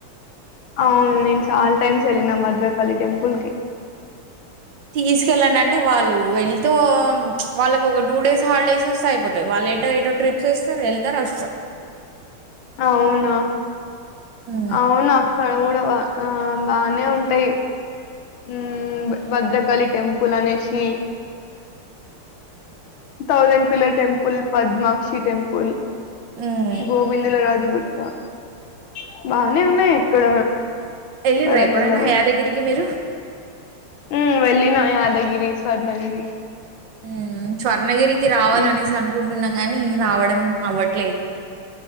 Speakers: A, on the left; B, on the right.
A: అవును నేను చాల్ టైమ్స్ ఎళ్ళిన భద్రకాళి టెంపుల్ కి
B: తీసుకెళ్ళండి అంటే వాళ్ళు వెళ్తూ వాళ్ళకి ఒక టూ డేస్ హాలిడేస్ వస్తే అయిపోతాయి వాళ్ళు ఎటో ఎటో ట్రిప్స్ వేస్తారు వెళ్తారు వస్తారు
A: అవునా
B: ఉమ్,
A: అవునా క్కడ కూడా బా ఆ బానే ఉంటాయి ఉమ్మ్ భద్రకాళి టెంపుల్ అనేసి thousand pillar temple Padmakshi temple
B: ఉమ్.
A: గోవిందల రాజు గు <inaudible> బానే ఉన్నాయి ఇక్కడ
B: వెళ్ళిర్రా
A: వరంగల్లో
B: ఎప్పుడైనా
A: కూడా
B: యాదగిరికి మీరు
A: ఉమ్ వెళ్ళిన యాదగిరి స్వర్ణగిరి
B: ఉమ్మ్ స్వర్ణగిరి రావాలనేసి
A: ఉమ్
B: అనుకుంటున్నాం గాని రావడం అవ్వట్లేదు